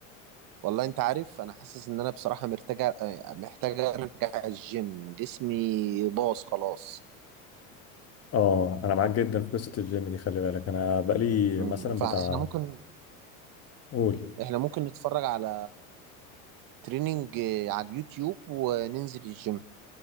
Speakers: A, on the right; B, on the left.
A: والله انت عارف انا حاسس ان انا بصراحه محتاج محتاج ارجع الجيم جسمي باظ خلاص
B: اه انا معاك جدا في قصه الجيم دي خلي بالك انا بقالي
A: مم.
B: مثلا
A: فاحنا
B: بتاع
A: ممكن
B: قول
A: احنا ممكن نتفرج على تريننج على اليوتيوب وننزل الجيم